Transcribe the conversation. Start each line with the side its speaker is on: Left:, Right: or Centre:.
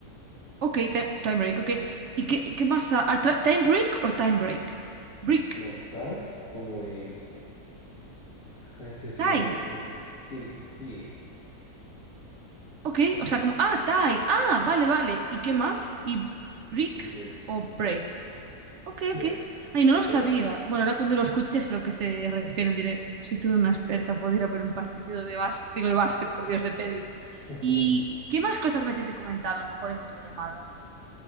Right: Ok, time, time break, ok. ¿Y qué, qué más? ah, atra- ¿Time break o time break? Break.
Left: No, tie, como, eh, <laughs> ay, se, se
Right: Tie.
Left: volvió como, sí, tie,
Right: Ok, o sea, como, ah, tie. Ah, vale, vale. ¿Y qué más? ¿Y break
Left: y break,
Right: o break? Ok,
Left: break,
Right: ok. Ay, no lo sabía.
Left: break.
Right: Bueno, ahora cuando lo escuches a lo que se refieren diré, soy toda una experta, puedo ir a ver un partido de básquet, digo de básquet, por Dios, de tenis.
Left: <laughs>
Right: ¿Y qué más cosas me tienes que comentar a lo mejor en otra llamada?